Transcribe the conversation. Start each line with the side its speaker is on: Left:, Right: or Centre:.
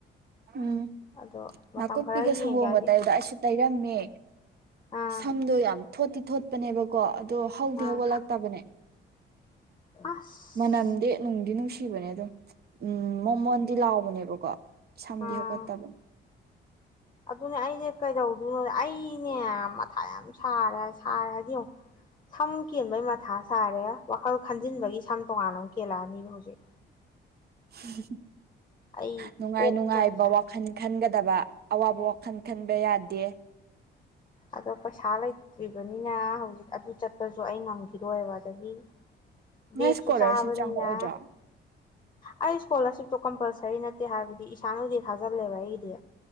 Right: ꯎꯝ
Left: ꯑꯗꯣ ꯃꯇꯝ
Right: ꯅꯥꯀꯨꯞꯄꯤꯒ
Left: ꯈꯔ ꯌꯦꯡꯒꯦ
Right: ꯁꯪꯒꯣꯝꯒ
Left: ꯍꯥꯏꯗꯤ
Right: ꯇꯥꯏꯕꯗ ꯑꯩꯁꯨ ꯇꯩꯔꯝꯃꯦ
Left: ꯑꯥ
Right: ꯁꯝꯗꯣ ꯌꯥꯝ ꯊꯣꯠꯇꯤ ꯊꯣꯠꯇꯤ ꯄꯅꯦꯕꯀꯣ ꯑꯗꯣ ꯍꯧꯗꯤ
Left: ꯑꯥ
Right: ꯍꯧꯒꯠꯂꯛꯇꯕꯅꯦ
Left: ꯑꯁ
Right: ꯃꯅꯝꯗꯤ ꯅꯨꯡꯗꯤ ꯅꯨꯡꯁꯤ ꯁꯤꯕꯅꯦ ꯑꯗꯨꯝ ꯎꯝ ꯃꯣꯃꯣꯟꯗꯤ ꯂꯥꯎꯕꯅꯦꯕꯀꯣ ꯁꯝꯗꯤ
Left: ꯑꯥ
Right: ꯍꯧꯒꯠ ꯇꯕ
Left: ꯑꯗꯨꯅꯦ ꯑꯩꯖꯦ ꯀꯩꯗꯧꯗꯨꯏꯅꯣ ꯑꯩꯅꯦ ꯃꯊꯥ ꯌꯥꯝ ꯁꯥꯔꯦ ꯁꯥꯔꯦ ꯍꯥꯏꯗꯤ ꯌꯦꯡꯉꯨ ꯁꯝ ꯀꯦꯟꯕꯩ ꯃꯊꯥ ꯁꯥꯔꯦ, ꯋꯥꯈꯜ ꯈꯟꯖꯤꯟꯕꯒꯤ ꯁꯝ ꯇꯣꯉꯥꯟꯅ ꯑꯃꯛ ꯀꯦꯜꯂꯛꯑꯅꯤꯕ ꯍꯧꯖꯤꯛ꯫
Right: <unintelligible>
Left: ꯑꯩ
Right: ꯅꯨꯡꯉꯥꯏ
Left: ꯀꯣꯛ
Right: ꯅꯨꯡꯉꯥꯏꯕ
Left: ꯌꯥꯝ ꯁꯥꯏ
Right: ꯋꯥꯈꯟ ꯈꯟꯒ ꯗꯕ ꯑꯋꯥꯕ ꯋꯥꯈꯟ ꯈꯟꯕ ꯌꯥꯗꯦ꯫
Left: ꯑꯗꯣ ꯄꯩꯁꯥ ꯂꯩꯇ꯭ꯔꯤꯕꯅꯤꯅ ꯍꯧꯖꯤꯛ ꯑꯗꯨ ꯆꯠꯄꯖꯨ ꯑꯩ ꯉꯝꯒꯤꯔꯣꯏꯕ ꯑꯗꯒꯤ
Right: ꯅꯣꯏ
Left: ꯕꯦꯛꯁꯨ
Right: ꯏꯁꯀꯣꯂꯥꯔꯁꯤꯞ
Left: ꯆꯥꯕꯅꯤꯅ
Right: ꯆꯪꯉꯛꯑꯣꯏꯗ꯭ꯔꯣ
Left: ꯑꯩ ꯏ꯭ꯁꯀꯣꯂꯔꯁꯤꯞꯇꯣ ꯀꯝꯄꯜꯁꯔꯤ ꯅꯠꯇꯦ ꯍꯥꯏꯕꯗꯤ ꯏꯁꯥꯟ ꯎꯗꯦ ꯊꯥꯖꯜꯂꯦꯕ ꯑꯩꯒꯤꯗꯤ꯫